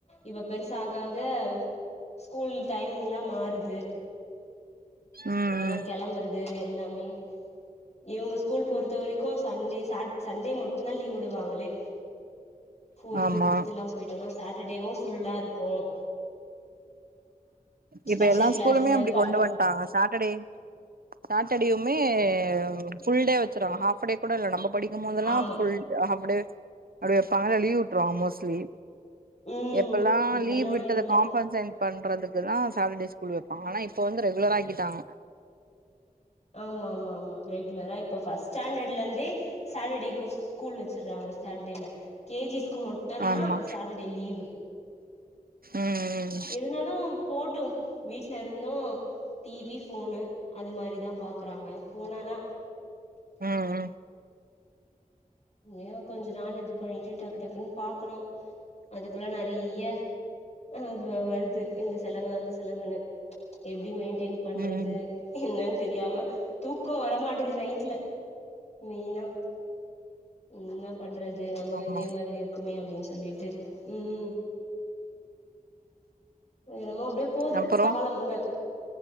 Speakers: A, on the left; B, on the right.
A: இப்ப பெருசு ஆக ஆக ஸ்கூல் டைமிங் எல்லா மாறுது
B: ம்
A: ரொம்ப
B: ம்
A: கெளம்புறது எல்லாமே இவங்க ஸ்கூல் பொறுத்த வரைக்கு சண்டே சாட் சண்டே மட்டுந்தா லீவ் விடுவாங்களே ஃபோர்த்து
B: ஆமா
A: ஃபிஃப்துலா போயிட்டோனா சாட்டர்டேவு ஃபுல்லா இருக்கு
B: இப்ப
A: ஸ்பெஷல்
B: எல்லா
A: கிளாஸு
B: ஸ்கூலுமே அப்டி
A: ப
B: கொண்டு வந் டாங்க சாட்டடே சாட்டடுமே ஃபுல் டே வச்சுருவாங்க ஹாஃப டே கூட இல்ல நம்ம படிக்கு போதெல்லா
A: ஆமா
B: ஃபுல் ஹாஃப டே அப்டி வைப்பாங்க இல்ல லீவு விட்ருவாங்க மோஸ்ட்லி
A: ம்
B: எப்பல்லா
A: இப்பல்லா
B: லீவ் விட்டத
A: இல்ல
B: காம்பன்சன்ட் பண்றதுக்குதா சாட்டடே ஸ்கூல் வைப்பாங்க ஆனா இப்ப ரெகுலரா ஆகிட்டாங்க
A: ஆமா ஆமா ஆமா ரெகுலரா இப்ப ஃபஸ்ட் ஸ்டாண்டட்ல இருந்தே சாட்டர்டேக்கு ஸ்கூல் வச்சுறாங்க சாட்டடேல கேஜிஸ்க்கு மட் மட்டுந்தா
B: ஆமா
A: சாட்டடே லீவு
B: ம்
A: இருந்தாலு போட்டு வீட்ல இருந்து டிவி ஃபோனு அது மாரி தா பாக்கறாங்க ஃபோனா தா
B: ம் ம்
A: இயோ கொஞ்ச நாள் இது பண்ணிட்டு டக்கு டக்குன் பாக்கணு அதுக்குள்ள நறிய அ வ வருது இந்த செலவு அந்த செலவுனு எப்டி மெயின்டெயின் பண்றது
B: ம் ம்
A: என்னன் தெரியாம தூக்க வரமாட்டது நைட்ல மெயினா இன்னா பண்றது நம்மளு
B: ஆமா
A: இதே மாதிரி இருக்குமே அப்டினு சொல்லிட்டு ம் என்னமோ அப்டியே போது
B: அப்பறோ
A: காலம் முதல்